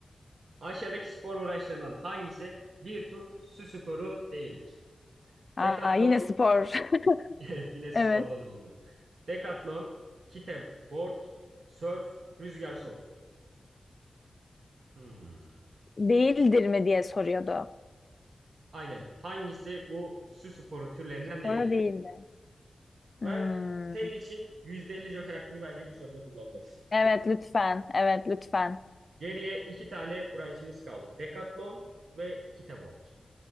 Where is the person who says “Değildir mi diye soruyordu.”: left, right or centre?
Left